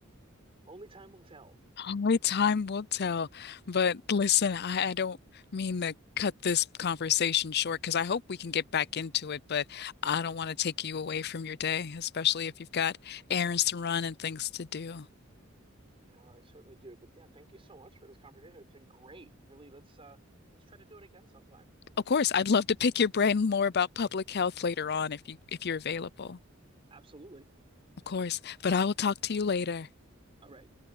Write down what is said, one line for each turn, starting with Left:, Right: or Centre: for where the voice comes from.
Right: only time will tell.
Left: Only time will tell. But listen, I, I don't mean to cut this conversation short because I hope we can get back into it, but I don't want to take you away from your day, especially if you've got errands to run and things to do.
Right: Yeah, I certainly do. But yeah, thank you so much for this conversation. It's been great. Really, let's uh let's try to do it again sometime.
Left: Of course, I'd love to pick your brain more about public health later on if you if you're available.
Right: Absolutely.
Left: Of course, but I will talk to you later.
Right: All right.